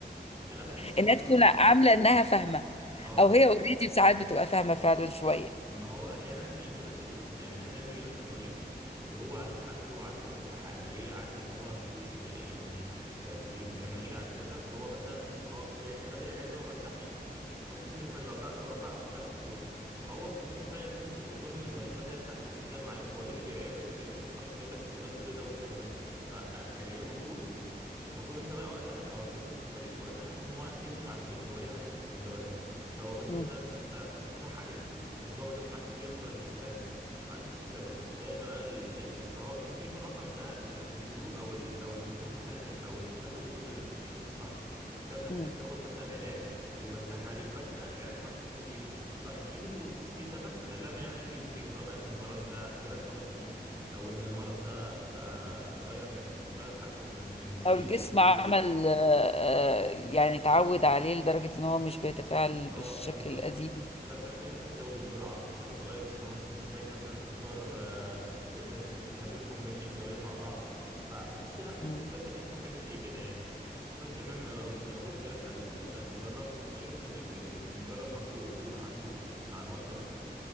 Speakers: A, on the right (about 20°); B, on the left (about 35°).
A: انا بحس برضو
B: انها تكون
A: ال-
B: عاملة انها فاهمة
A: اه
B: او هي اوريدي ساعات بتبقى فاهمة فعلا شوية
A: ما هو احيانا بيجي لك ال... يعني احيانا بيجي لك المريض وهو عارف حالته وعارف هو بيرتاح على ايه عارف ان هو بي... يعني آه، بي... ما كان ماشي على كذا فهو مثلا هو دايما خد العلاج ده وما ارتاحش فهو يحس ان في حاجه غلط لا طب اروح بقى وقتها للدكتور فهو ممكن فعلا يكون يكون المريض ده فاهم حالته جدا وعارف هو ايه اللي بيريحه وايه اللي ما بيريحوش فعشان كده يقول لك والله اكتب لي ده واكتب لي ده فانا يعني المفروض المفروض انت بقى وقتها او المفروض الطبيب وقتها ان هو يسمع المريض ده هو ليه عايز تكتب الدواء ده فوالله مثلا
B: مم.
A: انت بترتاح عليه بس هو ما جابش معاك نتيجه المره اللي فاتت فاكيد في سبب يا اما بقى ال... ال... فهو ممكن يكون اصلا ده ال... الكلو او ال... او المفتاح لحل ال... او المفتاح للوصول للتشخيص الصح انت مثلا كنت
B: مم.
A: بتاخد مثلا علاج ومرتاح عليه فجاه العلاج ده ما عادش بيجيب نتيجه فاكيد ال... في سبب خلاه ما عادش يجيب نتيجه سواء بقى ان المرض ده جالك مرض جديد او ان المرض ده بقى اتغير من ح- اتغير حالته من من ستيج
B: او الجسم
A: لستيج
B: عمل آه، آه، يعني اتعود عليه لدرجة ان هو مش بيتفاعل
A: اه
B: بالشكل
A: بالظبط
B: القديم
A: فانت محتاج مثلا تزود الجرعه محتاج تغير الصنف محتاج مثلا تختار آه، ت- ت- تحط تعملوا كومبينيشن دوايين مع بعض فبحس لا
B: مم.
A: المفروض الواحد يسمع حاجه زي كده يعني خاصه كمان آه، زي ما بقول لك كده اسال اسال مجرب واستشير الطبيب يعني المجرب برضو بيبقى عنده معلومات اكتر